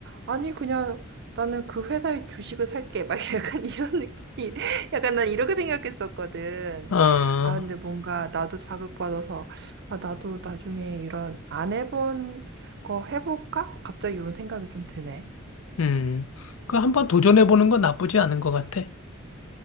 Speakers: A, on the right; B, on the left.
A: 아니, 그냥 나는 그 회사의 주식을 살게. 막 <laughs> 약간 이런 느낌. 약간 난 이렇게 생각했었거든.
B: 아.
A: 아, 근데 뭔가 나도 자극받아서 아, 나도 나중에 이런 안 해본 거 해볼까? 갑자기 이런 생각이 좀 드네.
B: 음, 그 한번 도전해보는 건 나쁘지 않은 것 같아.